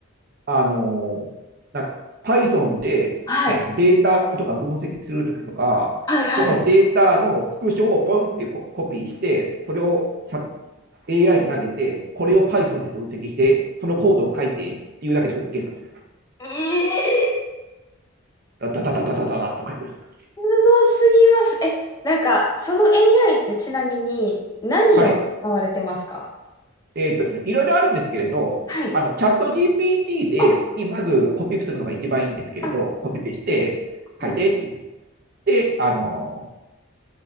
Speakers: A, on the right; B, on the left.
A: あのな、Python であのデータとか分析するときとか、
B: はい。はいはい。
A: そのデータのスクショをポンってココピーして、それを AI に投げて、これを Python で分析して、そのコードを書いてっていうだけで OK なんですよ。
B: ええ
A: ダダダダダダダッと書いてください。
B: すごすぎます。え、なんか、その AI ってちなみに何を使われてますか
A: はい。えーっとですね、いろいろあるんですけれど、
B: はい。
A: あの、チャット GPT で、
B: あ、
A: にまずコピーするのが一番いいんですけれど、
B: あ
A: コピペして、
B: はい
A: 書いてって言って、で、あの、